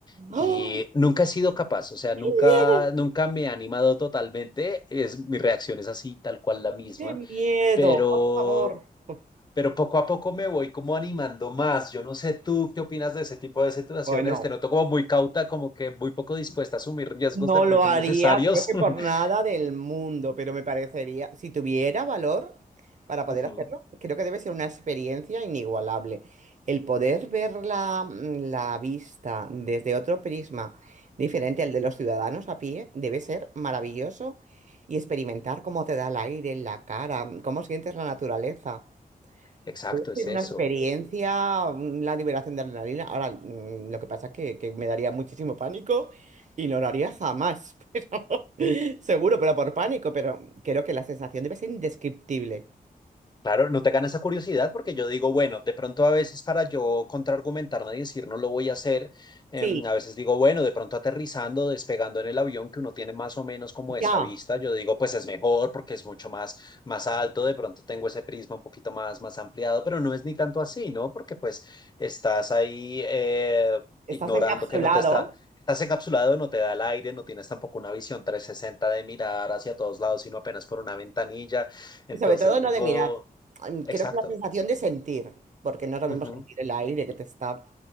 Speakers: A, on the left; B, on the right.
A: Y
B: ¡Oh!
A: nunca he sido capaz, o sea,
B: ¡Qué
A: nunca,
B: miedo!
A: nunca me he animado totalmente. Es, mi reacción es así, tal cual la misma,
B: ¡Qué miedo!
A: pero,
B: Por favor. <laughs>
A: pero poco a poco me voy como animando más. Yo no sé tú qué opinas de ese tipo de situaciones.
B: Bueno,
A: Te noto como muy cauta, como que muy poco dispuesta a asumir riesgos
B: no
A: de pronto
B: lo haría,
A: innecesarios.
B: creo que
A: <laughs>
B: por nada del mundo, pero me parecería, si tuviera valor para poder
A: Ujú.
B: hacerlo, creo que debe ser una experiencia inigualable. El poder ver la, mm, la vista desde otro prisma diferente al de los ciudadanos a pie debe ser maravilloso y experimentar cómo te da el aire en la cara, cómo sientes la naturaleza.
A: Exacto,
B: Debe
A: es
B: ser
A: eso.
B: una experiencia, un- la liberación de adrenalina. Ahora, mm, lo que pasa es que, que me daría muchísimo pánico y no lo haría jamás, <laughs> pero seguro, pero por pánico, pero creo que la sensación debe ser indescriptible.
A: Claro, no te gana esa curiosidad porque yo digo, bueno, de pronto a veces para yo contraargumentarme y decir no lo voy a hacer, em,
B: Sí,
A: a veces digo, bueno, de pronto aterrizando, despegando en el avión que uno tiene más o menos como esa
B: ya,
A: vista, yo digo, pues es mejor porque es mucho más, más alto, de pronto tengo ese prisma un poquito más, más ampliado, pero no es ni tanto así, ¿no? Porque pues estás ahí eh, ignorando
B: estás encapsulado.
A: que no te está... Estás encapsulado, no te da el aire, no tienes tampoco una visión 360 de mirar hacia todos lados, sino apenas por una ventanilla. Entonces
B: Y sobre todo no
A: digo,
B: de mirar. Am, Creo
A: Exacto.
B: que la sensación de sentir, porque no es lo
A: Ujú,
B: mismo sentir el aire que te está,